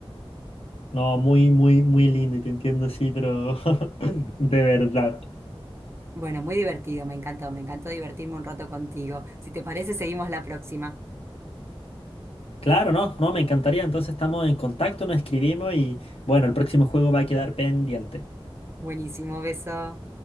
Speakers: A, on the left; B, on the right.
A: no, muy, muy, muy lindo y te entiendo, sí, pero <laughs> de verdad.
B: Bueno, muy divertido, me encantó, me encantó divertirme un rato contigo. Si te parece, seguimos la próxima.
A: Claro, no, no, me encantaría. Entonces estamos en contacto, nos escribimos y bueno, el próximo juego va a quedar pendiente.
B: Buenísimo, beso.